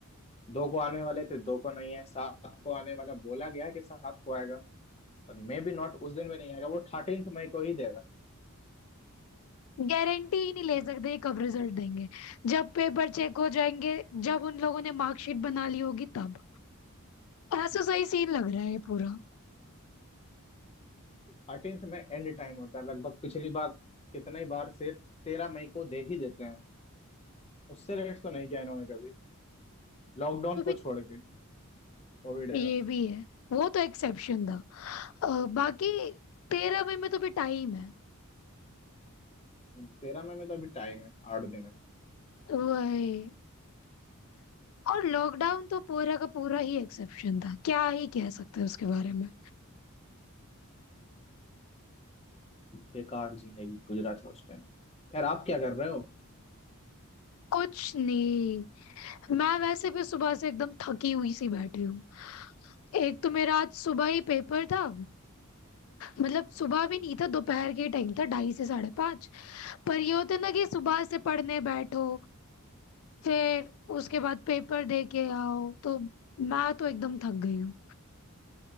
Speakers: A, on the left; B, on the left.
A: दो को आने वाले थे दो को नहीं है सात को आने वाला बोला गया है कि सात को आएगा पर मे भी नॉट उस दिन भी नहीं आएगा वो थर्टींथ मई को ही देगा
B: गारंटी ही नहीं ले सकते कब रिजल्ट देंगे जब पेपर चेक हो जाएंगे जब उन लोगों ने मार्कशीट बना ली होगी तब ऐसा सही सीन लग रहा है ये पूरा
A: थर्टींथ में एंड टाइम होता है लगभग पिछली बार कितना ही बार से तेरह मई को दे ही देते हैं उससे लेट तो नहीं किया इन्होंने कभी लॉकडाउन
B: तो भी
A: को छोड़ के कोविड एरा
B: ये भी है वो तो एक्सेप्शन था अ, बाकी तेरह मई में तो भी टाइम है
A: तेरह मई में तो अभी टाइम है आठ दिन है
B: वही। और लॉकडाउन तो पूरा का पूरा ही एक्सेप्शन था क्या ही कह सकते हैं उसके बारे में
A: बेकार जिंदगी गुजरा था उस टाइम यार आप क्या कर रहे हो
B: कुछ नहीं मैं वैसे भी सुबह से एकदम थकी हुई सी बैठी हूँ एक तो मेरा आज सुबह ही पेपर था मतलब सुबह भी नहीं था दोपहर के टाइम था ढाई से साढ़े पाँच पर ये होता है ना कि सुबह से पढ़ने बैठो फिर उसके बाद पेपर दे के आओ तो मैं तो एकदम थक गई हूँ